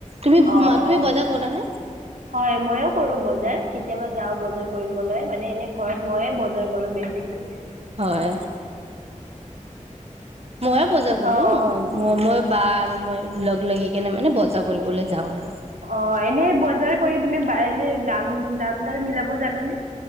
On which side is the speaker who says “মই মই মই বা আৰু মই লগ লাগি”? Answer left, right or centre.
Right